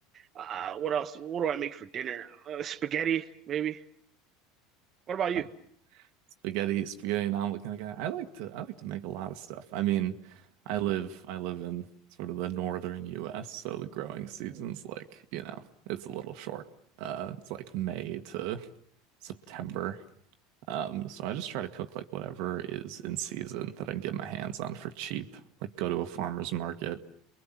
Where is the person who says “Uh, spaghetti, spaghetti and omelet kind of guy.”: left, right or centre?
Right